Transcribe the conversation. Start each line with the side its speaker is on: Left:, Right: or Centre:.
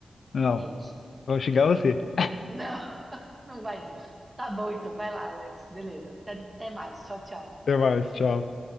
Left: Não.
Right: Com hate.
Left: Vou xingar você.
Right: <laughs> Não, não vai não. Tá bom, então. Vai lá, Alex. Beleza. Até, até mais. Tchau, tchau.
Left: Até mais, tchau.